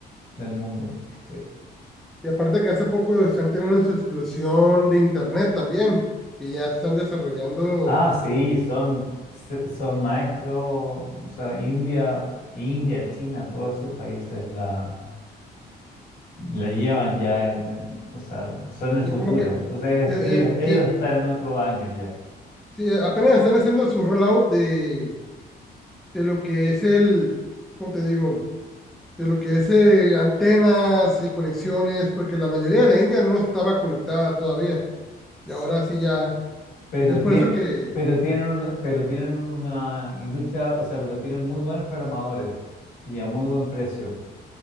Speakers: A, on the left; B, in the centre.
A: del mundo. Sí.
B: Y aparte que hace poco están teniendo su explosión de internet también, que ya están desarrollando,
A: Ah, sí, son, se- son maestros, o sea, India, India, China, todos esos países la, la llevan ya en, en- o sea, son el futuro.
B: y como que, eh,
A: O sea, ellos,
B: eh,
A: ellos- ellos
B: eh,
A: están en otro año ya.
B: sí, apenas están haciendo su rollout de de lo que es el, ¿cómo te digo? De lo que es eh, antenas y conexiones, porque la mayoría de la India no estaba conectada todavía. Y
A: S-
B: ahora sí ya,
A: Pero,
B: es por
A: tie-
B: eso que
A: pero tienen una, pero tienen una industria, o sea, pero tienen muy buenos programadores y a muy buen precio.